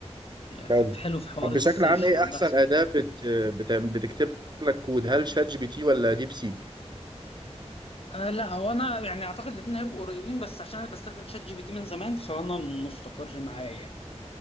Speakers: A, on the left; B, on the right.
A: آه،
B: حلو
A: حلو في حوار
B: طب بشكل
A: السيرش
B: عام ايه
A: والبحث
B: احسن
A: يعني
B: اداة بت... بت... بتكتب لك كود هل شات جي بي تي ولا ديب سيك
A: أه لا هو انا يعني اعتقد الاثنين هيبقوا قريبين بس عشان انا بستخدم شات جي بي تي من زمان فانا مستقر معاه يعني